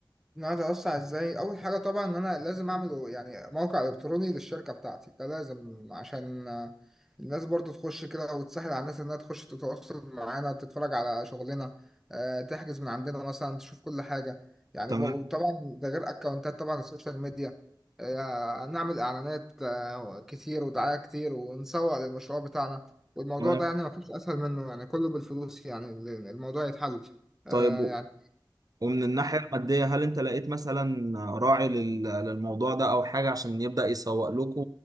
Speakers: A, in the centre; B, on the right.
A: ان انا اتوسع ازاي اول حاجه طبعا ان انا لازم اعمل يعني موقع الكتروني للشركه بتاعتي ده لازم عشان آه، الناس برضو تخش كده وتسهل على الناس انها تخش تتواصل معانا تتفرج على شغلنا آه، تحجز من عندنا مثلا تشوف كل حاجه يعني
B: تمام
A: بقى- طبعا ده غير اكونتات طبعا السوشيال ميديا آه، نعمل اعلانات آه، كتير ودعايه كتير ونسوق للمشروع بتاعنا والموضوع
B: تمام
A: ده يعني ما فيش اسهل منه يعني كله بالفلوس يعني الموضوع يتحل آه،
B: طيب و...
A: يعني
B: ومن الناحية المادية هل انت لقيت مثلا راعي لل... للموضوع ده او حاجة عشان يبدأ يسوق لكم